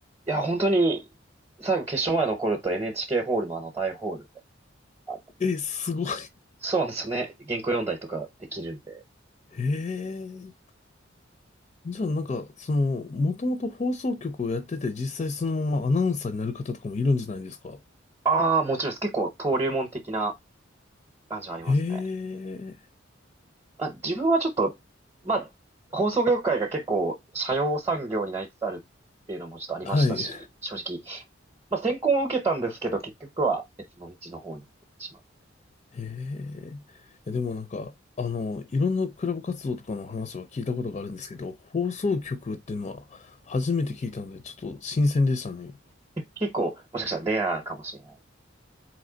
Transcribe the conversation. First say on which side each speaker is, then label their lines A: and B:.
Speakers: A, on the right (about 15°); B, on the left (about 35°).
A: いや、本当に、最後決勝前残ると NHK ホールのあの大ホールで、あの
B: え、すごい。
A: そうなんですよね。原稿読んだりとかできるんで。
B: <laughs> へえ。じゃあなんか、その、もともと放送局をやってて、実際そのままアナウンサーになる方とかもいるんじゃないですか。
A: ああ、もちろんです。結構登竜門的な感じはありますね。
B: へえ。
A: まあ、自分はちょっと、まあ、放送業界が結構、斜陽産業になりつつあるっていうのもちょっとありましたし、
B: はい。
A: 正直。まあ、選考を受けたんですけど、結局は別の道の方に進んでしまう。
B: へえ。いやでもなんか、あの、いろんなクラブ活動とかの話は聞いたことがあるんですけど、放送局っていうのは初めて聞いたので、ちょっと新鮮でしたね。
A: 結構、もしかしたらレアかもしれない。